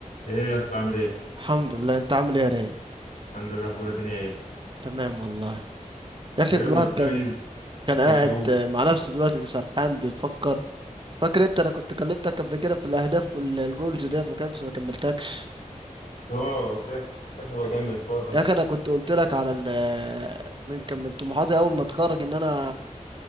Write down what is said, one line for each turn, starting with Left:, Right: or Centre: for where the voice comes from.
Left: ايه يا اسطى عامل ايه؟
Right: الحمد لله انت عامل ايه يا رايق
Left: الحمد لله اخبار الدنيا ايه؟
Right: تمام والله يا اخي
Left: ايه
Right: الواحد
Left: امال بتعمل
Right: كان
Left: ايه؟
Right: كان قاعد
Left: ايه قول
Right: مع نفسه دلوقتي بيسرحان بيفكر فاكر انت انا كنت كلمتك قبل كده في الاهداف والجولز ديت وكده بس ما كملتكش
Left: اه قلت لك صاحب اكمل الحوار ده
Right: يا اخي انا كنت قلت لك على ال من كان من طموحاتي اول ما اتخرج ان انا